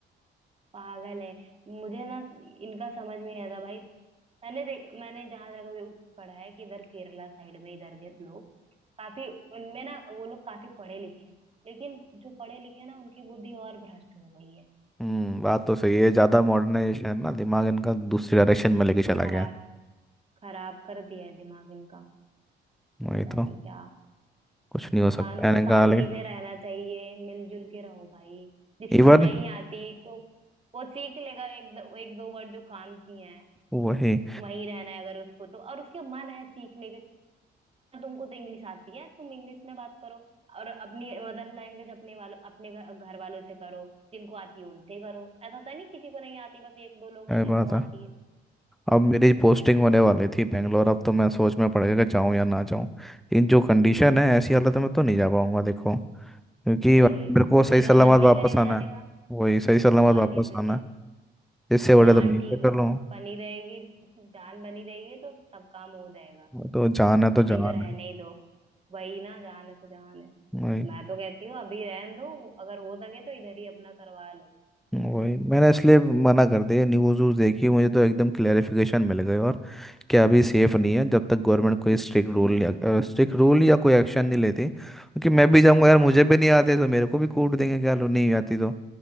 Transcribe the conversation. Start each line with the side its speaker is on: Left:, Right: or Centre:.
Right: पागल है मुझे ना इनका समझ में नहीं आता भाई मैंने देख मैंने जहां जगह भी पढ़ा है कि इधर केरला साइड में इधर के लोग काफी उनमें ना वो लोग काफी पढ़े लिखे हैं लेकिन जो पढ़े लिखे हैं ना उनकी बुद्धि और भ्रष्ट हो गई है
Centre: हम्म बात तो सही है ज़्यादा मॉडर्नाइजेशन है ना दिमाग इनका दूसरी डायरेक्शन में लेके चला
Right: खरा
Centre: गया है।
Right: खराब कर दिया है दिमाग इनका
Centre: वही
Right: पता
Centre: तो
Right: नहीं क्या
Centre: कुछ नहीं
Right: इंसान
Centre: हो सकता
Right: को
Centre: है इनका
Right: शांति
Centre: लेकिन
Right: से रहना चाहिए मिलजुल के रहो भाई जिसको
Centre: इवन
Right: नहीं आती तो वो सीख लेगा एक दो, एक दो वर्ड जो काम किए हैं
Centre: वही
Right: वही रहना है अगर उसको तो और उसके मन है सीखने के तुमको तो इंग्लिश आती है तुम इंग्लिश में बात करो और अपनी मदर लैंग्वेज अपने वालों अपने घर घर वालों से करो जिनको आती है उनसे करो ऐसा होता नहीं किसी को नहीं आती बस एक दो लोग
Centre: क्या
Right: हैं जिनको
Centre: बात है
Right: आती है
Centre: अब मेरी पोस्टिंग होने वाली थी बेंगलोर अब तो मैं सोच में पड़ गया कि जाऊँ या ना जाऊँ लेकिन जो कंडीशन है ऐसी हालत में तो नहीं जा पाऊंगा देखो क्योंकि
Right: अरे
Centre: मेरे को
Right: किसी
Centre: सही सलामत
Right: का मन नहीं
Centre: वापस
Right: करेगा
Centre: आना
Right: जाने
Centre: है
Right: का
Centre: वही सही सलामत
Right: और
Centre: वापस
Right: नहीं तो
Centre: आना
Right: क्या
Centre: है इससे बड़ा
Right: जान
Centre: तो नहीं
Right: ठीक
Centre: पे कर लो
Right: बनी रहेगी जान बनी रहेगी तो सब काम हो जाएगा
Centre: तो जाना तो
Right: अभी
Centre: जाना
Right: तो रहने
Centre: है
Right: ही दो वही ना जान है तो जान है
Centre: वही
Right: मैं तो कहती हूँ अभी रहने दो अगर हो सके तो इधर ही अपना करवा लो
Centre: वही मैंने इसलिए मना कर दिया न्यूज़ व्यूज़ देखी मुझे तो एकदम क्लेरिफिकेशन मिल गई और क्या अभी सेफ नहीं है जब तक गवर्नमेंट कोई स्ट्रिक्ट रूल या स्ट्रिक्ट रूल या कोई एक्शन नहीं लेती क्योंकि मैं भी जाऊंगा
Right: हाँ
Centre: यार मुझे भी नहीं आते तो मेरे को भी कूट देंगे क्या लो नहीं आती तो